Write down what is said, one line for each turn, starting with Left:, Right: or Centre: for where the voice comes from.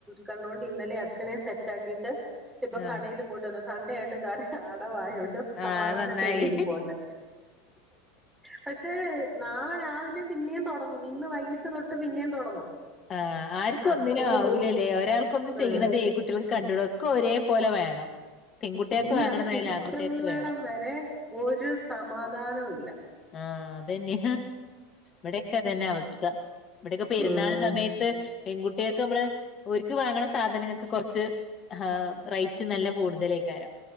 Centre: കണ്ടുകൊണ്ട് ഇന്നലെ അച്ഛനെ സെറ്റാക്കി് ് ഇപ്പം
Left: ആഹ്
Centre: കടൽ പോയിട്ട് വന്ന സൺണ്ടേണ്ട് കട അടവായ ണ്ട് സമാധാനത്തെ
Left: ആഹ് നന്നായി
Centre: എവിടെ ഇരിപ്പോണ്ട് പക്ഷെ നാളെ രാവിലെ പിന്നെയും തുടങ്ങും ഇന്ന് വൈകിട്ട് തൊട്ട് പിന്നെയും തുടങ്ങും
Left: ആഹ ആർക്കും
Centre: ആഹ്
Left: ഒന്നിനും
Centre: ഇത്
Left: ആവൂലല്ലേ ഒരാർക്ക ഒ
Centre: ആഹ്
Left: ചെയ്യണതേ കുട്ടികൾ കണ്ടട ഒക്കെ ഒരേ പോോലെ വേണം പെൺകുട്ടികൾക്ക്
Centre: ഇനി
Left: വാങ്ങണതായാലും
Centre: അത് കിട്ടുന്നിടം
Left: ആൺകുട്ടികൾക്ക് വേണം
Centre: വരെ ഒരു സമാധാനവും ഇല്ല
Left: ആഹ അതന്നെയ മടക്ക തന്നെ അവസ്ഥ ഇവിടെൊക്കെ പെരുന്നാൾ
Centre: ഉം
Left: സമയത്ത് പെൺകുട്ടിയൊക്കെ നമ്മള് ഒരുക്ക് വാങ്ങണ സാധനങ്ങൾക്ക് കുറച്ച് ആഹ റേറ്റ് നല്ല കൂടുതലായി കാരം